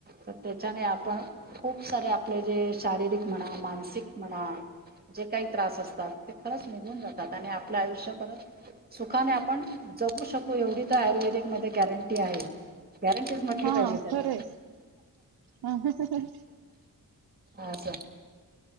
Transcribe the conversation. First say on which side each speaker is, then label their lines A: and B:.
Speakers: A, on the right; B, on the right.
A: तर त्याच्याने आपण खूप सारे आपले जे शारीरिक म्हणा मानसिक म्हणा जे काही त्रास असतात ते खरंच निघून जातात आणि आपल्या आयुष्य ख सुखाने आपण जगू शकू एवढी तर आयुर्वेदिक मध्ये गॅरंटी आहे गॅरंटीच म्हटली
B: हा
A: पाहिजे त्याला
B: खरंय खरं
A: अस स